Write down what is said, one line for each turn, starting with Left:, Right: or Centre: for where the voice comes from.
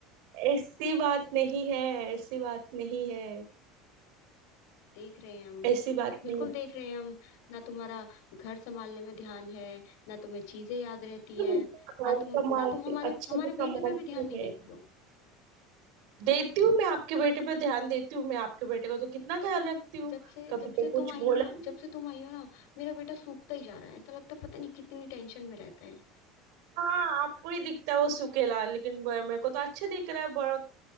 Right: ऐसी बात नहीं है ऐसी बात नहीं है
Left: देख रहे हैं हम
Right: ऐसी बात
Left: बिल्कुल
Right: नहीं है
Left: देख रहे हैं हम ना तुम्हारा घर संभालने में ध्यान है ना तुम्हें चीजें याद रहती
Right: तुम
Left: हैं
Right: घर
Left: ना तुम
Right: संभालती
Left: ना तुम हमारे
Right: अच्छे
Left: हमारे
Right: से संभालती
Left: बेटे पे भी ध्यान
Right: हूँ
Left: नहीं
Right: मैं
Left: देती हो
Right: देती हूँ मैं आपके बेटे पे ध्यान देती हूँ मैं आपके बेटे को तो कितना ख्याल
Left: पता नहीं
Right: रखती हूँ
Left: जब से
Right: कभी
Left: जब
Right: तो
Left: से
Right: कुछ
Left: तुम आई
Right: बोला
Left: हो ना
Right: नहीं
Left: जब से तुम आई हो ना मेरा बेटा सूखता ही जा रहा है ऐसा लगता है पता नहीं कितनी टेंशन में रहता है
Right: हाँ आपको ही दिखता है वो सुकेला लेकिन वो- मेरे को तो अच्छे दिख रहा है बहुत